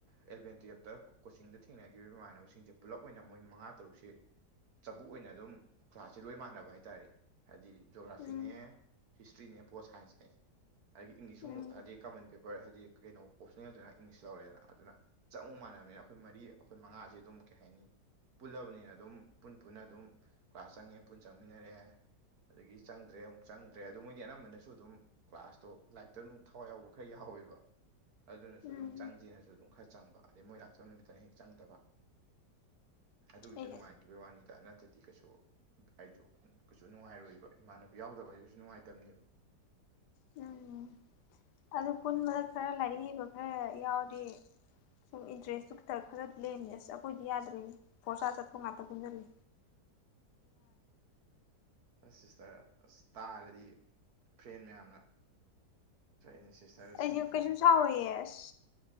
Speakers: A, on the right; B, on the left.
A: ꯑꯦꯂꯚꯦꯟ ꯇꯨꯌꯦꯜꯞꯇ ꯀꯣꯆꯤꯡꯗ ꯊꯦꯡꯅꯈꯤꯕ ꯏꯃꯥꯟꯅꯕꯁꯤꯡꯁꯦ ꯄꯨꯜꯂꯞ ꯑꯣꯏꯅ ꯃꯣꯏ ꯃꯉꯥ ꯇꯔꯨꯛꯁꯦ ꯆꯕꯨꯨꯛ ꯑꯣꯏꯅ ꯑꯗꯨꯝ ꯀ꯭ꯂꯥꯁꯁꯦ ꯂꯣꯏ ꯃꯥꯟꯅꯕ ꯍꯥꯏꯇꯥꯥꯔꯦ ꯍꯥꯏꯗꯤ ꯖꯣꯒ꯭ꯔꯥ ꯐꯤꯅꯦ
B: ꯎꯝ
A: ꯍꯤꯁꯇ꯭ꯔꯤꯅꯦ ꯄꯣꯜ ꯁꯥꯏꯟꯁꯅꯦ ꯍꯥꯏꯗꯤ ꯏꯪꯂꯤꯁꯁꯨ
B: ꯎꯝ
A: ꯑꯃꯨꯛ ꯍꯥꯏꯗꯤ ꯀꯃꯟ ꯄꯦꯄꯔ ꯍꯥꯏꯗꯤ ꯀꯩꯅꯣ ꯑꯣꯞꯁꯅꯦꯜꯗꯨꯅ ꯏꯪꯂꯤꯁ ꯂꯧꯔꯦꯅ ꯑꯗꯨꯅ ꯆꯞ ꯃꯥꯟꯅ ꯅꯕꯅꯤꯅ ꯑꯩꯈꯣꯏ ꯃꯔꯤ ꯑꯩꯈꯣꯏ ꯃꯉꯥꯁꯦ ꯑꯗꯨꯝ ꯀꯩ ꯍꯥꯏꯅꯤ ꯄꯨꯜꯂꯕꯅꯤꯅ ꯑꯗꯨꯝ ꯄꯨꯟ ꯄꯨꯟꯅ ꯑꯗꯨꯝ ꯀ꯭ꯂꯥꯁ ꯆꯪꯉꯦ ꯄꯨꯟ ꯆꯪꯃꯤꯟꯅꯔꯦ ꯑꯗꯒꯤ ꯆꯪꯗ꯭ꯔꯦ ꯑꯃꯨꯛ ꯆꯪꯗ꯭ꯔꯦ ꯑꯗꯨ ꯃꯣꯏꯗꯤ ꯑꯅꯝꯕꯅꯁꯨ ꯑꯗꯨꯝ ꯀ꯭ꯂꯥꯁꯇꯣ ꯂꯥꯏꯔꯤꯛꯇ ꯑꯗꯨꯝ ꯊꯋꯥꯏ ꯌꯥꯎꯕ ꯈꯔ ꯌꯥꯎꯋꯦꯕ ꯑꯗꯨꯅꯁꯨ
B: ꯎꯝ
A: ꯑꯗꯨꯝ ꯆꯪꯁꯦꯅꯁꯨ ꯑꯗꯨꯝ ꯈꯔ ꯆꯪꯕ ꯑꯗꯩ ꯃꯣꯏ ꯂꯥꯛꯇꯕ ꯅꯨꯃꯤꯠꯇꯅ ꯍꯦꯛ ꯆꯪꯗꯕ ꯑꯗꯨꯒꯤꯁꯨ
B: ꯑꯩ
A: ꯅꯨꯡꯉꯥꯏꯈꯤꯕꯒꯤ ꯋꯥꯅꯤꯗ ꯅꯠꯇꯗꯤ ꯀꯩꯁꯨ ꯑꯩꯖꯨ ꯀꯩꯁꯨ ꯅꯨꯡꯉꯥꯏꯔꯣꯏꯕ ꯏꯃꯥꯟꯅꯕꯤ ꯌꯥꯎꯗꯕ ꯍꯥꯏꯁꯤꯁꯨ ꯀꯩꯁꯨ ꯅꯨꯡꯉꯥꯏꯇꯕꯅꯦꯕ
B: ꯎꯝ ꯑꯗꯨ ꯄꯨꯟꯕꯗ
A: ꯑꯗꯒꯤ
B: ꯈꯔ ꯂꯥꯏꯔꯤꯛ ꯍꯩꯕ ꯈꯔ ꯌꯥꯎꯔꯗꯤ ꯁꯨꯝ ꯏꯟꯇꯔꯦꯁꯇꯨ ꯈꯤꯇꯪ ꯈꯔꯗꯤ ꯂꯩꯅꯤ ꯑꯁ ꯑꯩꯈꯣꯏꯗꯤ ꯌꯥꯗ꯭ꯔꯦꯍꯦ ꯐꯣꯔꯁꯥ ꯆꯠꯄ ꯉꯥꯛꯇ ꯄꯨꯟꯖꯜꯂꯦ
A: ꯑꯁ ꯁꯤꯁꯇꯔ ꯇꯥꯔꯗꯤ ꯐ꯭ꯔꯦꯟ ꯃꯌꯥꯝꯅ ꯅ ꯁꯤꯁꯇꯔ
B: ꯑꯩꯁꯨ
A: ꯁꯝ ꯐꯣꯏꯕꯤ
B: ꯀꯩꯁꯨꯝ ꯁꯥꯎꯔꯣꯏꯌꯦ
A: ꯇꯥꯔꯦ
B: ꯑꯁ